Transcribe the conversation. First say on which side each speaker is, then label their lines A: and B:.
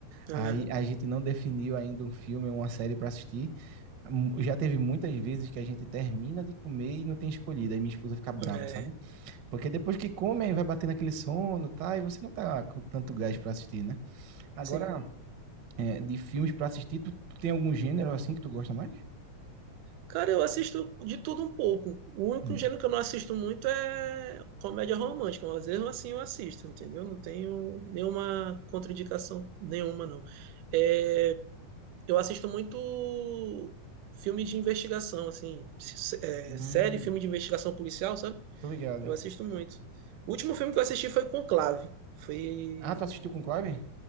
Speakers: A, on the right; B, on the right.
A: Aham,
B: Aí a gente não definiu ainda um filme ou uma série para assistir. Hum, Já teve muitas vezes que a gente termina de comer e não tem escolhido. Aí minha esposa fica brava,
A: É,
B: sabe? Porque depois que come, aí vai batendo aquele sono, tá? E você não tá com tanto gás para assistir, né? Agora,
A: sim.
B: é, de filmes para assistir, tu, tu tem algum gênero assim que tu gosta mais?
A: Cara, eu assisto de tudo um pouco. O único
B: Hum.
A: gênero que eu não assisto muito é comédia romântica, mas mesmo assim eu assisto, entendeu? Não tenho nenhuma contraindicação nenhuma, não. É, eu assisto muito filme de investigação, assim, se- é,
B: Hum,
A: série, filme de investigação policial, sabe?
B: tô ligado.
A: Eu assisto muito. O último filme que eu assisti foi Conclave. Foi,
B: Ah, tu assistiu com clave?